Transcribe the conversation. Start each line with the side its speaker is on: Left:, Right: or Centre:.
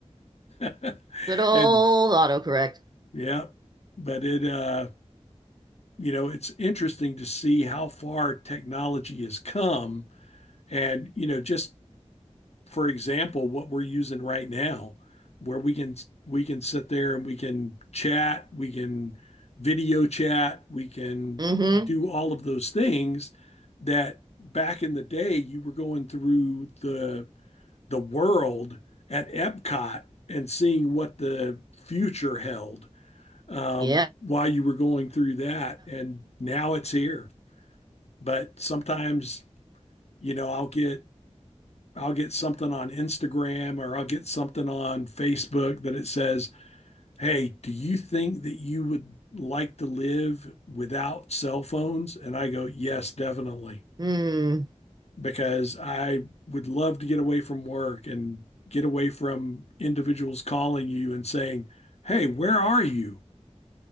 Left: <laughs>
Right: Good old
Left: and
Right: autocorrect.
Left: yeah, but it uh, you know, it's interesting to see how far technology has come and you know, just for example, what we're using right now where we can we can sit there and we can chat, we can video chat, we can
Right: Mm-hmm.
Left: do all of those things that back in the day you were going through the the world at Epcot and seeing what the future held um,
Right: Yeah.
Left: while you were going through that. And now it's here. But sometimes, you know, I'll get I'll get something on Instagram or I'll get something on Facebook that it says, Hey, do you think that you would like to live without cell phones? And I go, Yes, definitely.
Right: Mm.
Left: because I would love to get away from work and get away from individuals calling you and saying, Hey, where are you?